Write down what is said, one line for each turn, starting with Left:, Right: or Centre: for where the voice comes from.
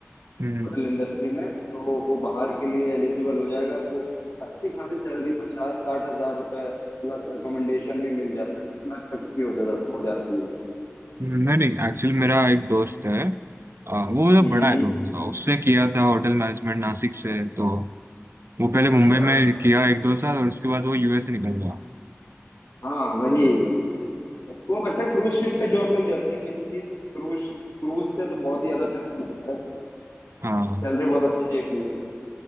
Right: हम्म।
Left: होटल इंडस्ट्री में तो वो बाहर के लिए एलिजिबल हो जाएगा तो अच्छी खासी सैलरी पचास साठ हजार रुपए प्लस अकोमोडेशन भी मिल जाता है एक लाख तक की हो जाता हो जाती है
Right: नहीं नहीं एक्चुअली मेरा एक दोस्त है आ, वो मतलब
Left: हम्म
Right: बड़ा है थोड़ा सा उसने किया था होटल मैनेजमेंट नासिक से तो वो पहले मुंबई
Left: अच्छा
Right: में किया एक दो साल और उसके बाद वो यूएस से निकल गया
Left: हाँ वही स्कोप अच्छा क्रूज शिप पे जॉब लग जाती है मेन चीज क्रूज क्रूज पे तो बहुत ही ज्यादा पैसा मिलता है
Right: हाँ
Left: सैलरी बहुत अच्छी है क्रूज